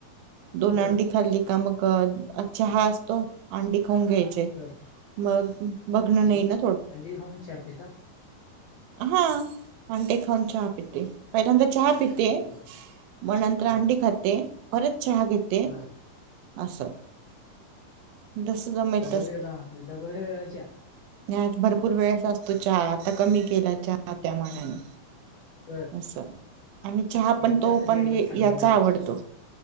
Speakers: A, on the right; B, on the left.
A: दोन
B: बर
A: अंडी खाल्ली का मग अच्छा हा असतो, अंडी खाऊन घ्यायचे
B: ह
A: मग बघणं
B: अंडी,
A: नाही ना थोडं
B: अंडी खाऊन चहा पिता?
A: हा अंडे खाऊन चहा पिते, पहिल्यांदा च चहा पिते,
B: बर
A: म नंतर
B: ह
A: अंडी खाते, परत चहा घेते.
B: बर
A: असं. जसं जमेल
B: डबल वेला डबल वेळा चा?
A: नाही आत भरपूर वेळेस असतो चहा, आता कमी केला चहा त्या मनाने.
B: बर
A: अस आणि चहा
B: शरीरासाठी
A: पण तो पण
B: एवढं
A: याचा
B: चांगलं नाही
A: आवडतो
B: चहा